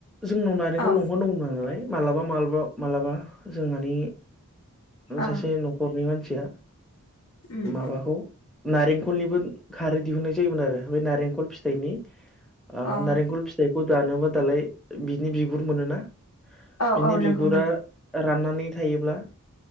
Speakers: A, in the centre; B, on the left.
A: जोंनाव नारेंखल
B: औ
A: लंहर दांगमोन नालाय मालाबा मालबाबा मालाबा जोंहानि सासे
B: औ
A: नखरनि मानसिया
B: उम
A: माबाखौ नारेंखलनिबो खारै दिहुननाय जायोमोन आरो बे नारेंखल फिथाइनि ओ
B: अ
A: नारेंखल फिथाइखौ दानोबा दालाय बिनि बिगुर मोनोना
B: औ
A: बिनि
B: औ नंगौ
A: बिगुरा
B: मोनो
A: राननानै थायोब्ला